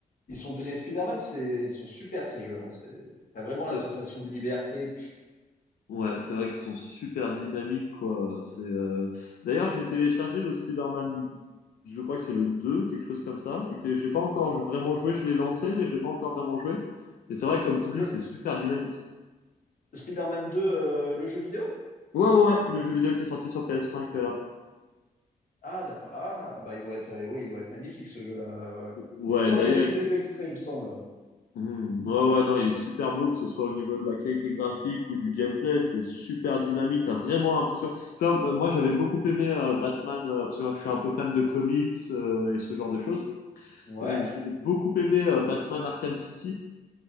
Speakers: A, on the left; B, on the left.
A: Ils sont, les Spider-Man, c'est, ils sont super, ces jeux, hein. C'est, t'as vraiment la
B: C'est-
A: sensation de liberté.
B: Ouais, c'est vrai qu'ils sont super dynamiques, quoi. C'est, euh, D'ailleurs, j'ai téléchargé le Spider-Man, je crois que c'est le 2 quelque chose comme ça, et que j'ai pas encore vraiment joué. Je l'ai lancé, mais j'ai pas encore vraiment joué. Et c'est vrai, comme
A: Le
B: tu dis, c'est super dynamique.
A: Spider-Man 2, euh, le jeu vidéo?
B: Ouais, ouais, ouais, le jeu vidéo qui est sorti sur PS5, là.
A: Ah, d'accord. Ah, bah, il doit être, euh, oui, il doit être magnifique, ce jeu-là. Ouais.
B: Ouais,
A: Je crois
B: d'ailleurs,
A: que j'avais vu
B: il
A: des extraits, il me semble.
B: Hmm. Ouais, ouais, non, il est super beau, que ce soit au niveau de la qualité graphique ou du gameplay, c'est super dynamique, t'as vraiment l'impression. Tu vois, bah, moi j'avais beaucoup aimé euh, Batman, euh, parce que je suis un peu fan de comics euh, et ce genre de choses.
A: Ouais.
B: Et donc j'ai beaucoup aimé euh, Batman Arkham City,